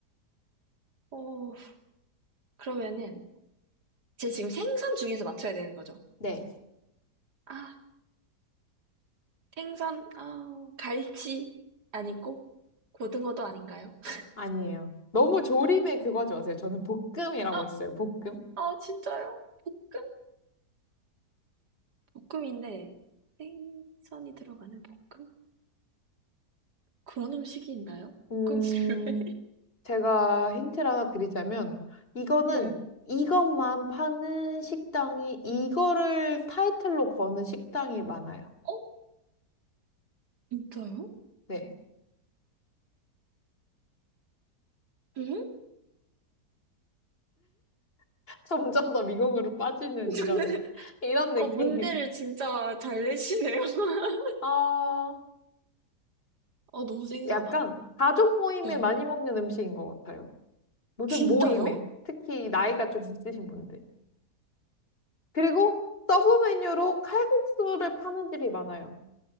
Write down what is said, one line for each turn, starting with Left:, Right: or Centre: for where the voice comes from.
Right: 어, 그러면은, 제 지금 생선 중에서 맞춰야 되는 거죠?
Left: 네.
Right: 아, 생선, 아, 갈치 아니고 고등어도 아닌가요? <laughs>
Left: 아니에요. 너무 조림에 그거 하지 마세요. 저는 볶음이라고
Right: 아,
Left: 했어요. 볶음.
Right: 아, 진짜요? 볶음? 볶음인데 생선이 들어가는 볶음? 그런 음식이 있나요?
Left: 음,
Right: 볶음 류에? <laughs>
Left: 제가 힌트를 하나 드리자면, 이거는
Right: 네.
Left: 이것만 파는 식당이, 이거를 타이틀로 거는 식당이 많아요.
Right: 어? 진짜요?
Left: 네.
Right: 응?
Left: <laughs> 점점 더 미궁으로 빠지는
Right: <laughs>
Left: 이런, 이런 느낌.
Right: 어, 문제를 진짜 잘 내시네요. <laughs>
Left: 어,
Right: 어, 너무 생소하다.
Left: 약간 가족 모임에
Right: 네.
Left: 많이 먹는 음식인 것 같아요. 무슨
Right: 진짜요?
Left: 모임에, 특히 나이가 좀 있으신 분들. 그리고 서브 메뉴로 칼국수를 파는 집이 많아요.